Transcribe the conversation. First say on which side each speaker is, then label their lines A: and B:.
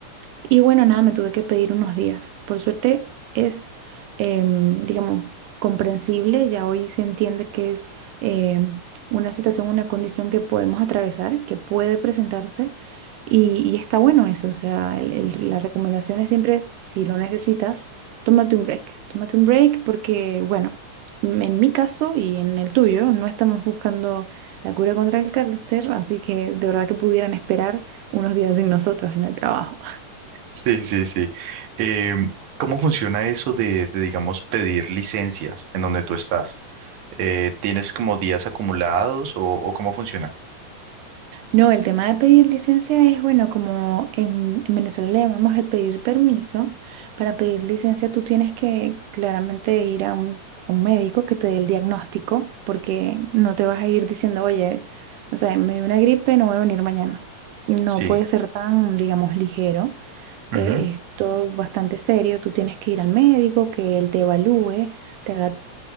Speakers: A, on the right (about 85°); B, on the right (about 60°).
A: y bueno, nada, me tuve que pedir unos días. Por suerte es, em, digamos, comprensible, ya hoy se entiende que es em, una situación, una condición que podemos atravesar, que puede presentarse, y, y está bueno eso. O sea, el- el- la recomendación es siempre, si lo necesitas, tómate un break. Tómate un break porque, bueno, en en mi caso y en el tuyo, no estamos buscando la cura contra el cáncer, así que de verdad que pudieran esperar unos días sin nosotros en el trabajo.
B: Sí, sí, sí. Em, ¿cómo funciona eso de, de, digamos, pedir licencias en donde tú estás? Eh, ¿tienes como días acumulados o, o cómo funciona?
A: No, el tema de pedir licencia es, bueno, como en, en Venezuela le llamamos el pedir permiso. Para pedir licencia tú tienes que claramente ir a un, a un médico que te dé el diagnóstico, porque no te vas a ir diciendo, oye, o sea, me dio una gripe, no voy a venir mañana. No
B: Sí.
A: puede ser tan, digamos, ligero.
B: Ujú,
A: Eh, es todo bastante serio. Tú tienes que ir al médico, que él te evalúe, te haga